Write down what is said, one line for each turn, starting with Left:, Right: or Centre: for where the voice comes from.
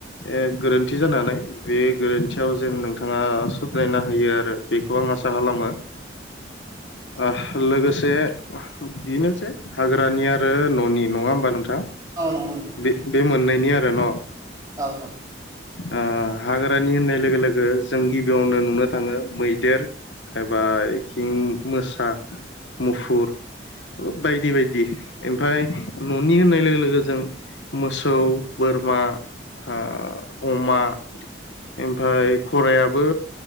Left: ओ गोरोन्थि जानो हानाय बे गोरोन्थियाव जेन नोंथाङा सुद्रायना होयो आरो बे खौ आं आसा खालामो ओ लोगोसे बेनोसै हाग्रानि आरो ननि नङा होमबा नोंथाङा
Right: औ नंगौ नोंथां
Left: बे बे मोननैनि आरो न
Right: औ
Left: ओ हाग्रानि होननाय लोगो लोगो जों गिबियावनो नुनो थाङो मै देर एबा आथिं मोसा मुफुर ओ बायदि बायदि ओमफ्राय ननि होननाय लोगो लोगो जों मोसौ बोरमा ओ अमा ओमफ्राय गरायाबो